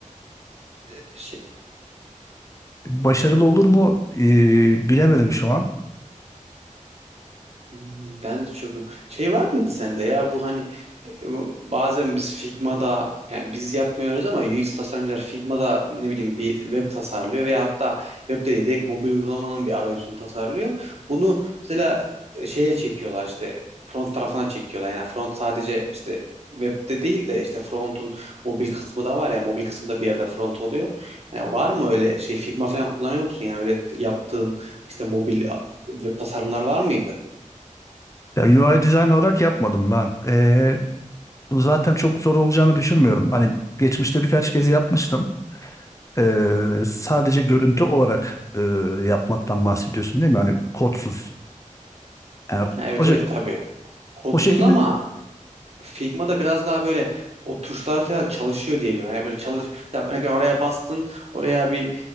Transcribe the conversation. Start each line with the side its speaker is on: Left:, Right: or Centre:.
Right: Hı.
Left: Başarılı olur mu? Ee, bilemedim şu an.
Right: Hmm, Ben de çok şey var mıydı sende ya bu hani e, bu bazen biz Figma'da yani biz yapmıyoruz ama UX tasarımcılar Figma'da ne bileyim bir web tasarlıyor veya hatta web de değil direkt mobil uygulamanın bir arayüzünü tasarlıyor. Bunu mesela e, şeye çekiyorlar işte front tarafına çekiyorlar. Yani front sadece işte webde değil de işte front'un mobil kısmı da var ya mobil kısmı da bir yerde front oluyor. Yani var mı öyle şey Figma falan kullanıyor musun? Yani öyle yaptığın işte mobil web tasarımlar var mıydı?
Left: Ya, UI design olarak yapmadım ben. Ee, zaten çok zor olacağını düşünmüyorum. Hani geçmişte birkaç kez yapmıştım. Ee, sadece görüntü olarak e, yapmaktan bahsediyorsun değil mi? Hani kodsuz. Yani
Right: Ha, Evet
Left: o, şek-
Right: evet tabii. Kodsuz
Left: o şekilde
Right: ama Figma'da biraz daha böyle o tuşlar falan çalışıyor diyebilirim. Yani böyle çalış mesela örneğin oraya bastın, oraya bir